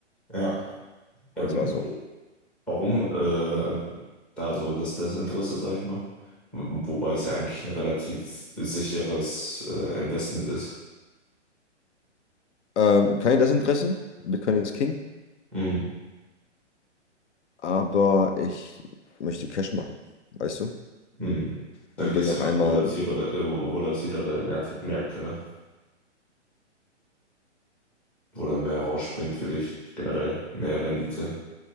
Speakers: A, in the centre; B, on the left.
A: Ja. Ähm,
B: Das war's auch.
A: wo- warum äh, da so das Desinteresse, sage ich mal? W- Wobei es ja eigentlich ein relativ sicheres äh, Investment ist.
B: Ähm, kein Desinteresse. Bitcoin ist King.
A: Mhm.
B: Aber ich möchte Cash machen, weißt du?
A: Mhm.
B: Und
A: Da geht
B: will
A: es
B: noch
A: ja
B: einmal,
A: auch volatilere, äh, volatilere Märkte, Märkte, ne? Wo dann mehr rausspringt für dich, generell mehr Rendite